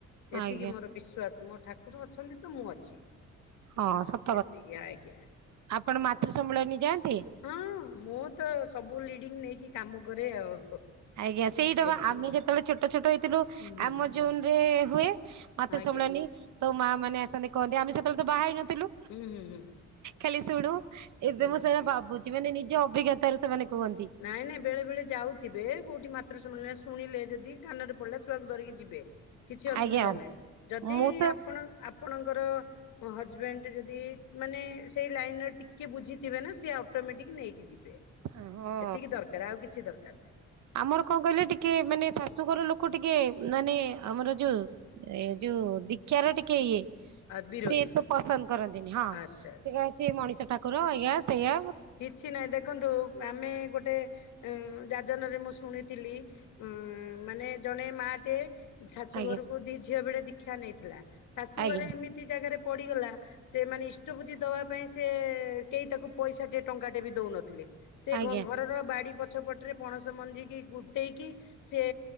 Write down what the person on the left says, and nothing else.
ଏତିକି
ମୋର ବିଶ୍ଵାସ! ମୋ ଠାକୁର ଅଛନ୍ତି ତ, ମୁଁ ଅଛି।
ହେତିକି ଆଜ୍ଞା।
ହଁ, ମୁଁ ତ ସବୁ ଲିଡିଙ୍ଗ୍ ନେଇକି କାମ କରେ ଆଉ।
ଏଠି।
ହୁଁ
ଆଜ୍ଞା
ହୁଁ ହୁଁ ହୁଁ
ହୁଁ
ହୁଁ।
ନାଇଁ ନାଇଁ ବେଳେ ବେଳେ ଯାଉଥିବେ, କୋଉଠି ମାତୃ ସମ୍ମିଳନୀ ଶୁଣିଲେ ଯଦି କାନରେ ପଡିଲା ଛୁଆକୁ ଧରିକି ଯିବେ। କିଛି ଅସୁବିଧା
ନାହିଁ। ଯଦି
ଆପଣ ଆପଣଙ୍କର ହଜ୍ବେଣ୍ଡ ଯଦି ମାନେ ସେଇ ଲାଇନ୍ ର ଟିକେ ବୁଝିଥିବେ। ନା ସେ ଅଟୋମେଟିକ୍ ନେଇକି ଯିବେ।
ଏତିକି ଦରକାର ଆଉ କିଛି ଦରକାର ନାହିଁ।
ଆଉ ବିରୋଧୀ
ଆଚ୍ଛା ଆଚ୍ଛା।
କିଛି ନାହିଁ, ଦେଖନ୍ତୁ, ଆମେ ଗୋଟେ ଯାଜନ ରେ ମୁଁ ଶୁଣିଥିଲି ଅଁ ମାନେ ଜଣେ ମାଆ ଟେ ଶାଶୁଘରକୁ
ଦି ଝିଅ ବେଳେ ଦୀକ୍ଷା ନେଇଥିଲା। ଶାଶୁଘରେ
ଏମିତ୍ ତି ଜାଗାରେ ପଡିଗଲା। ସେମାନେ ଇଷ୍ଟବୃତି ଦବା ପାଇଁ ସିଏ-ଏ କେହି ତାକୁ ପଇସା ଟିଏ ଟଙ୍କା ଟେ ବି ଦଉନଥିଲେ। ସେ
ଘରର ବାଡି ପଛପଟରେ ପଣସ ମଞ୍ଜିିକି ଗୁଟେଇକି ସିଏ